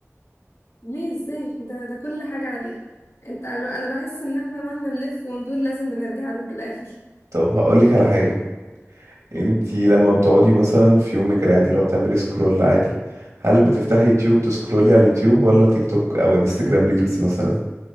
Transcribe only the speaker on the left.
ليه ازاي ده ده كل حاجة عليه انت انا بحس ان احنا مهما نلف وندور لازم بنرجع له في الاخر
مم.
مم.